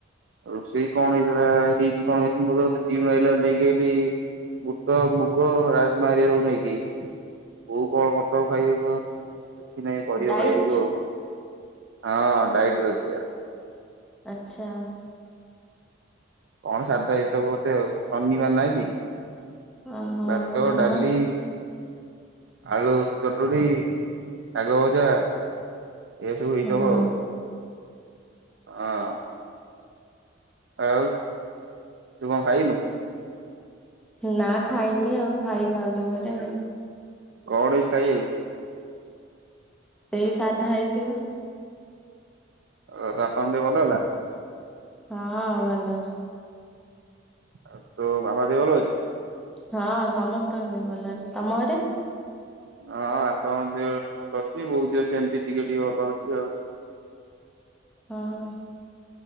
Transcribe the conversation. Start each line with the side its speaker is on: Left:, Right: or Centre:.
Right: ରୋଷେଇ କଣ ହେଇଥିଲା ହେଇଛି କଣ ମୁଁ ତ ଜିମ୍ ରୁ ଆଇଲା ବେଳକୁ ନେଇକି ଆଇଲି ବୁଟ, ମୁଗ, ରାଜମା ହେରିକା ସବୁ ନେଇକି ଆଇଚି। ବୋଉ କଣ କରିଥିବ ଖାଇବାକୁ ନାଇଁ ପରିବା
Centre: ଡାଇଟ୍
Right: ଖାଇବାକୁ ଆଉ ହଁ ଡାଇଟରେ ଅଛି ପା।
Centre: ଆଚ୍ଛା।
Right: କଣ ସାଧା ହେଇଥିବ ବୋଧେ ଆଉ ଶନିବାର ନା ଆଜି।
Centre: ଓହୋ
Right: ଭାତ, ଡାଲି
Centre: ହଁ।
Right: ଆଳୁ ଚଟଣୀ, ଶାଗ ଭଜା ଏଇରା ସବୁ ହେଇଥିବ
Centre: ଓହୋ
Right: ଆଉ ଆଁ ଆଉ ତୁ କଣ ଖାଇନୁ?
Centre: ନା ଖାଇନି ଆଉ ଖାଇବା ଆଉ ଟିକେ ପରେ ଆଉ।
Right: କଣ ହେଇଚି ଖାଇବାକୁ?
Centre: ସେଇ ସାଧା ହେଇଥିବ?
Right: ଆଉ ତ ବାପାଙ୍କ ଦେହ ଭଲ ହେଲା?
Centre: ହଁ ଭଲ ଅଛନ୍ତି।
Right: ଆଉ ତ ମାମା ଦେହ ଭଲଅଛି?
Centre: ହଁ, ସମସ୍ତଙ୍କ ଦେହ ଭଲ ଅଛି ।ତମ ଘରେ?
Right: ହଁ, ଆପାଙ୍କ ଦେହ ଏବେ ଭଲ ଅଛି। ବୋଉ ଦେହ ସେମିତି ଟିକେ ଟିକେ ଭଲ ଅଛି ଆଉ।
Centre: ଅ ହ।